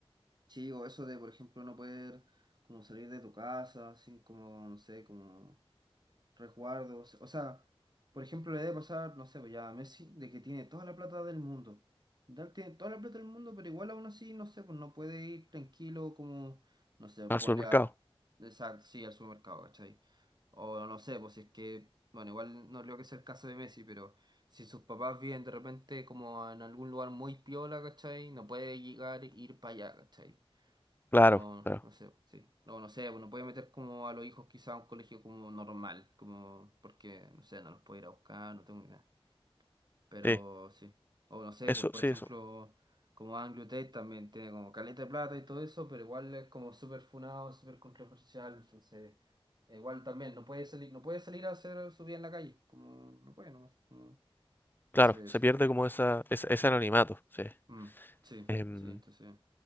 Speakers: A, on the right (about 45°); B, on the left (about 20°).
A: Sí, o eso de, por ejemplo, no poder como salir de tu casa sin como, no sé, como resguardos. O sea, por ejemplo, le debe pasar, no sé, pues ya a Messi, de que tiene toda la plata del mundo. Dal tiene toda la plata del mundo, pero igual aún así, no sé, pues no puede ir tranquilo como, no sé, ponle
B: Al supermercado.
A: a... Exacto, sí, al supermercado, ¿cachai? O no sé, pues si es que, bueno, igual no creo que sea el caso de Messi, pero si sus papás viven de repente como en algún lugar muy piola, ¿cachai? No puede llegar e ir para allá, ¿cachai?
B: Claro,
A: O
B: claro.
A: no sé, sí. No, no sé, bueno puede meter como a los hijos quizá a un colegio como normal, como porque, no sé, no los puedo ir a buscar, no tengo idea. Pero
B: Sí,
A: sí. O no sé,
B: eso,
A: pues, por
B: sí,
A: ejemplo,
B: eso.
A: como Anglo Tate también tiene como caleta de plata y todo eso, pero igual es como súper funado, súper controversial, entonces eh, igual también no puede salir, no puede salir a hacer su vida en la calle, como no puede nomás. como- Entonces
B: Claro, se
A: eso
B: pierde
A: también.
B: como esa, esa- ese anonimato, sí.
A: Mm, sí,
B: Em,
A: sí, entonces sí,